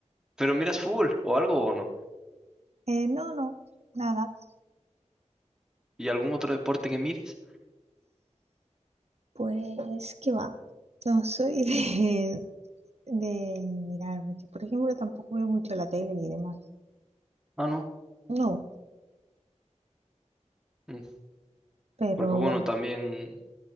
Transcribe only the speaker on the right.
Eh, no, no, nada.
Pues qué va. No soy <laughs> de, de mirar mucho. Por ejemplo, tampoco veo mucho la tele y demás.
No,
pero
bueno.